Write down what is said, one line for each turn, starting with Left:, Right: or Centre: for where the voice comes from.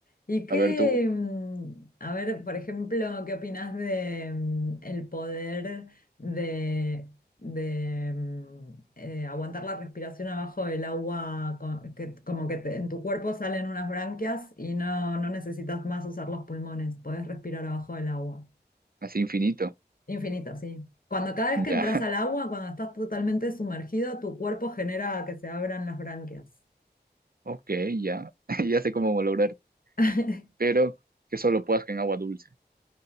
Left: ¿Y qué,
Right: A ver tú,
Left: mm, a ver, por ejemplo, qué opinas de mm, el poder de, de, mm, eh, aguantar la respiración abajo del agua, co- que, como que te- en tu cuerpo salen unas branquias y no, no necesitas más usar los pulmones, podés respirar abajo del agua.
Right: así infinito.
Left: Infinito, sí. Cuando cada vez
Right: Ya,
Left: que entras
Right: <laughs>
Left: al agua, cuando estás totalmente sumergido, tu cuerpo genera que se abran las branquias.
Right: ok, ya. <laughs> Ya sé cómo lograr,
Left: <laughs>
Right: pero que solo puedas que en agua dulce.